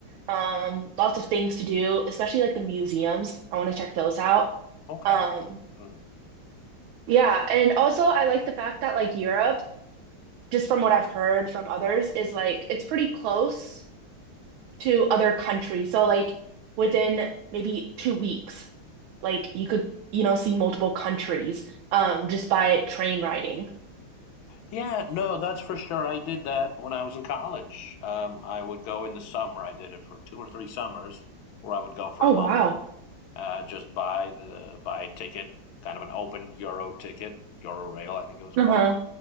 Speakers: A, on the right; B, on the left.
A: um, lots of things to do, especially like the museums. I want to check those out.
B: Okay.
A: Um,
B: Mm.
A: yeah, and also I like the fact that like Europe, just from what I've heard from others, is like it's pretty close to other countries. So like within maybe two weeks, like you could, you know, see multiple countries um just by train riding.
B: Yeah, no, that's for sure. I did that when I was in college. Um, I would go in the summer. I did it for two or three summers, where I would go for
A: Oh
B: a month,
A: wow.
B: uh, just buy the buy a ticket, kind of an open Euro ticket, Euro Rail, I think it was
A: Uh-huh.
B: called,